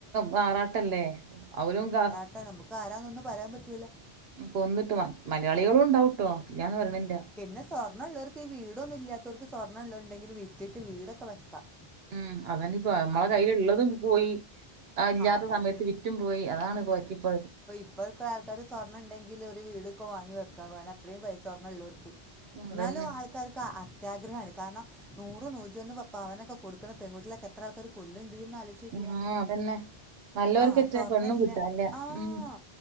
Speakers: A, on the right; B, in the centre.
A: മാറാട്ടല്ലേ അവരും കാ
B: അട്ടാ നമുക്ക് ആരാന്നൊന്നും പറയാൻ പറ്റൂല
A: കൊന്നിട്ട് മലയാളികളും ഉണ്ടാവട്ടോ ഇല്ലന്ന് പറയണില്ല
B: ഉം. പിന്നെ സ്വർണ്മുള്ളവർ ഈ വീടൊന്നും ഇല്ലത്തവർക്ക് സ്വർണ്ണമള്ളവരുണ്ടെങ്കി വിത്തിട്ട് വീടൊക്കെ വെക്കാം
A: ഉം അതപ്പോ നമ്മളെ
B: ആ
A: കയ്ൽ ഉള്ളതും പോയി ആ ഇല്ലാത്ത
B: അതാണ്
A: സമയത്ത്
B: ഇ-
A: വിറ്റും പോയി അതാണ് കോറ്റിപ്പോഴത്
B: ഇപ്പൊക്ക ആൾക്കാാര് സ്വർണ്ണം ഉണ്ടെങ്കിൽ ഒരുര് വീടൊക്കെ വാങ്ങി വെക്കാ അത്രയും പൈസ സ്വർണ്ണംള്ളൂവർക്ക്
A: അതന്നെ
B: ന്നാലും ആൾക്കക്ക ആ അത്യാഗ്രഹമാണ് കാരണം നൂറും നൂറ്റിന്ന് അവനൊക്കെ കൊടുുന്ന പെൺുട്ടളൊക്കെ എത്ര ആൾക്കാര് കൊല്ലുണ്ട എന്നാലും
A: ആഹ് അതന്നെ. നല്ലോർക്കറ്റെ
B: ആ സ്വർണ
A: പെണ്ണും
B: ഇല്ല
A: കിട്ടാനില്ല.
B: ആഹ്
A: ഉം